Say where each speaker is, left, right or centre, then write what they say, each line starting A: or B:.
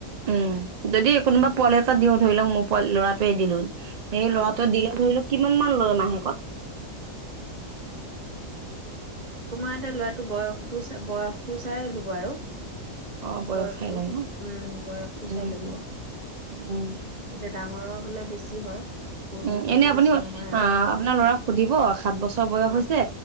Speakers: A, on the right (about 60°); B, on the right (about 35°).
A: উম যদি কোনোবা পোৱালি এটা দিও ধৰি লওক মোৰ প লৰাটোৱে দিলো সেই
B: অ
A: ল'ৰাটোৱে দিলে ধৰিলো কিমানমান লয় মাহেকত
B: তোমাৰ এতিয়া লৰাটো বয়স বয়সতটো চাইলো লব আৰু
A: অ', বয়স
B: বয়সটো
A: চাই লয় ন?
B: উম বয়সটো
A: উম,
B: চাই লব
A: উম।
B: তাতে ডাঙৰৰ হলে বেছি হয় সৰু
A: উ
B: মানে
A: এনে আপুনি
B: বেছি
A: অ
B: নহয় আৰু।
A: আপোনাৰ লৰাক সুধিব সাত বছৰ বয়স
B: অ
A: হৈছে